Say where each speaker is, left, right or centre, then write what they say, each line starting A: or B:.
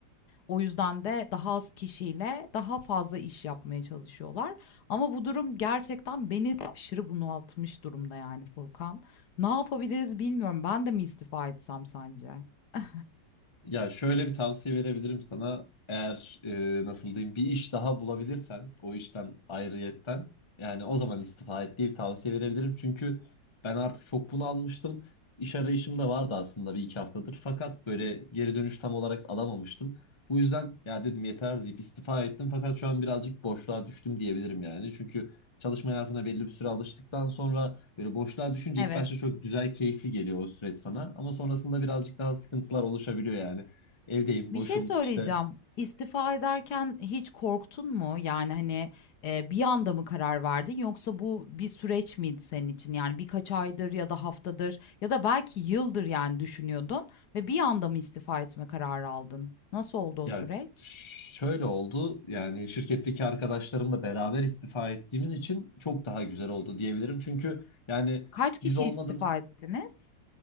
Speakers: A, on the left; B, on the left.
A: O yüzden de daha az kişiyle daha fazla iş yapmaya çalışıyorlar. Ama bu durum gerçekten beni de aşırı bunaltmış durumda yani Furkan. Ne yapabiliriz bilmiyorum. Ben de mi istifa etsem sence? <laughs>
B: Ya şöyle bir tavsiye verebilirim sana. Eğer e, nasıl diyeyim bir iş daha bulabilirsen o işten ayrıyetten yani o zaman istifa et diye bir tavsiye verebilirim. Çünkü ben artık çok bunu almıştım İş arayışım da vardı aslında bir iki haftadır. Fakat böyle geri dönüş tam olarak alamamıştım. Bu yüzden ya dedim yeter deyip istifa ettim. Fakat şu an birazcık boşluğa düştüm diyebilirim yani. Çünkü çalışma hayatına belli bir süre alıştıktan sonra Böyle boşluğa düşünce
A: Evet.
B: ilk başta çok güzel, keyifli geliyor o süreç sana. Ama sonrasında birazcık daha sıkıntılar oluşabiliyor yani. Evdeyim,
A: Bir
B: boşum
A: şey söyleyeceğim.
B: işte.
A: İstifa ederken hiç korktun mu? Yani, hani, eee, bir anda mı karar verdin yoksa bu bir süreç miydi senin için? Yani birkaç aydır ya da haftadır ya da belki yıldır yani düşünüyordun ve bir anda mı istifa etme kararı aldın? Nasıl oldu o
B: Ya
A: süreç?
B: şöyle oldu yani şirketteki arkadaşlarımla beraber istifa ettiğimiz için çok daha güzel oldu diyebilirim. Çünkü yani
A: Kaç kişi
B: biz olmadı
A: istifa ettiniz?